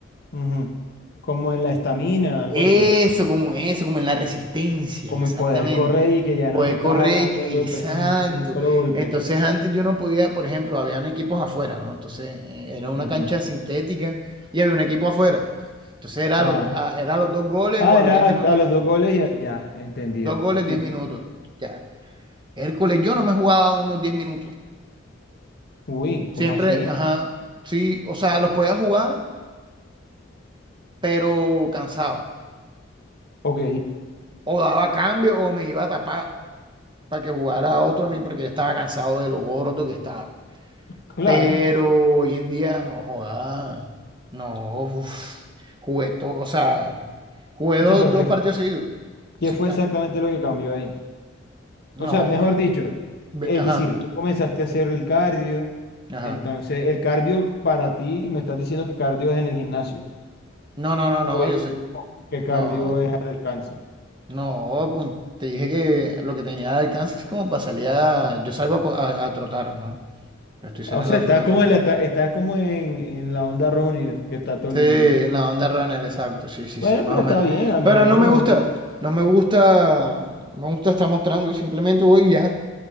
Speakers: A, on the left (about 55°); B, on the right (about 25°).
A: Ujú. Como en la estamina, algo
B: Eso,
A: así.
B: como eso, como en la resistencia,
A: Como
B: exactamente.
A: en poder correr y que ya
B: Poeco
A: no te estás
B: Rey,
A: ahogando
B: exacto.
A: en, lo- en un solo golpe.
B: Entonces antes yo no podía, por ejemplo, habían equipos afuera, ¿no? Entonces eh, era una
A: Ujú.
B: cancha sintética y había un equipo afuera. Entonces era
A: Ajá.
B: a los, a- era a los dos goles
A: Ah,
B: o a
A: era
B: los 10 minutos.
A: a, a los dos goles y a- ya, entendido.
B: Dos goles,
A: Sí,
B: 10
A: sí.
B: minutos. Ya. Hércules, yo no me jugaba unos 10 minutos.
A: Uy, ¿cómo
B: Siempre,
A: así?
B: ajá, sí, o sea, los podía jugar, pero cansado.
A: Ok,
B: O daba cambio o me iba a tapar. para que jugara otro, men, porque yo estaba cansado de lo gordo que estaba.
A: claro.
B: Pero hoy en día, no joda, no, uf, jugué todo, o sea, jugué dos,
A: O sea, pero
B: dos
A: ¿qué,
B: partidos seguidos.
A: qué
B: Sin
A: fue
B: ca-
A: exactamente lo que cambió ahí?
B: no,
A: O sea, mejor dicho,
B: ve-
A: es
B: ajá,
A: decir, tú comenzaste a hacer el cardio.
B: ajá.
A: Entonces, el cardio para ti, me estás diciendo que cardio es en el gimnasio.
B: No, no, no, no,
A: O el-
B: yo sé,
A: que cardio
B: no,
A: es al alcance.
B: no, con- te dije que lo que tenía de alcance es como para salir a, yo salgo a, co- a- a trotar, ¿no? Estoy saliendo
A: O sea,
B: a
A: está
B: trotar
A: como en la, eta- está, como en, en la onda errónea que está todo
B: Sí,
A: el mundo.
B: en la onda runner, exacto, sí, sí,
A: Bueno,
B: sí, más
A: pero
B: o
A: está
B: menos.
A: bien, a mí
B: Pero
A: yo
B: no
A: no
B: me
A: lo
B: gusta,
A: juzgo.
B: no me gusta, no me gusta estar mostrando, simplemente voy y ya.